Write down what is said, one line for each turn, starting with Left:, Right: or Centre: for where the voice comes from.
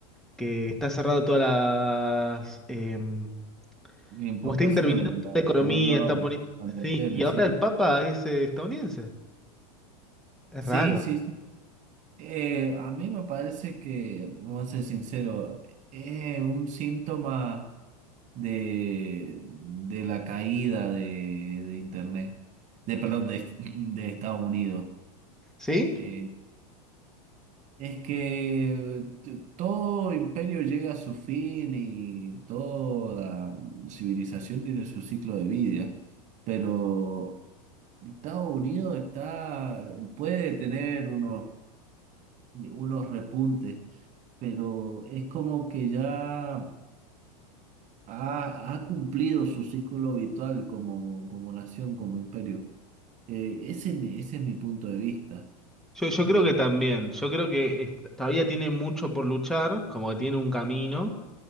Centre: que está cerrado todas las... em,
Right: Importaciones,
Centre: como está interviniendo en
Right: la-
Centre: la economía,
Right: poniendo
Centre: está poniendo...
Right: aranceles,
Centre: Sí, y ahora
Right: sí.
Centre: el Papa es eh, estadounidense. Es
Right: Sí,
Centre: raro.
Right: sí, sí. Eh, a mí me parece que, vamos a ser sincero, es un síntoma de, de la caída de, de Internet, de, perdón, de, <laughs> de Estados Unidos.
Centre: ¿Sí?
Right: Eh, es que t- todo imperio llega a su fin y toda civilización tiene su ciclo de vida, pero Estados Unidos está, puede tener unos unos repuntes, pero es como que ya ha, ha cumplido su ciclo habitual como, como nación, como imperio. Eh, ese, es mi- ese es mi punto de vista.
Centre: Yo, yo
Right: Eh,
Centre: creo que también. Yo creo que eh, todavía tiene mucho por luchar, como que tiene un camino.